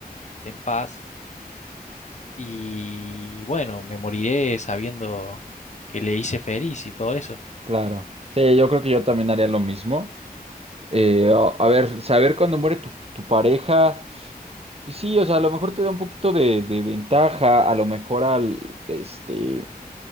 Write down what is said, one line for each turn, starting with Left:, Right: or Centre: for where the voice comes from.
Left: en paz. Y bueno, me moriré sabiendo que le hice feliz y todo eso.
Right: claro. Sí, yo creo que yo también haría lo mismo. Eh, a, a ver, saber cuándo muere tu, tu pareja, pues sí, o sea, a lo mejor te da un poquito de, de ventaja, a lo mejor al, este,